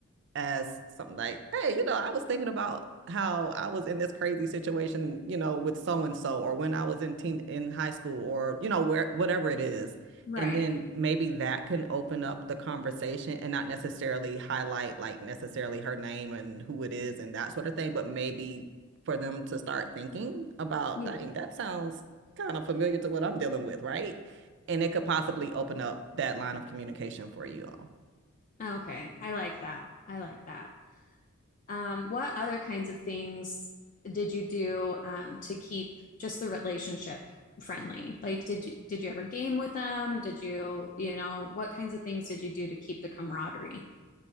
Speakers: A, on the right (about 55°); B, on the left (about 35°).
A: as something like, hey, you know, I was thinking about how I was in this crazy situation, you know, with so and so, or when I was in teen in high school, or you know, where whatever it is.
B: right.
A: And then maybe that can open up the conversation and not necessarily highlight like necessarily her name and who it is and that sort of thing, but maybe for them to start thinking about,
B: Yeah.
A: dang, that sounds kind of familiar to what I'm dealing with, right? And it could possibly open up that line of communication for you all.
B: Okay. I like that. I like that. Um, what other kinds of things did you do um, to keep just the relationship friendly? Like, did you did you ever game with them? Did you, you know, what kinds of things did you do to keep the camaraderie?